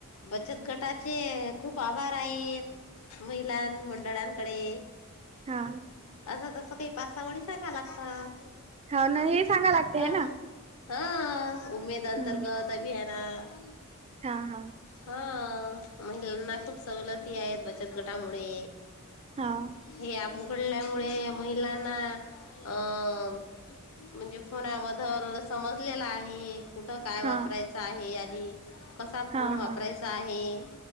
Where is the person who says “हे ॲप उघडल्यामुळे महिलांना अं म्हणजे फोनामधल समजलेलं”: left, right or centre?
Left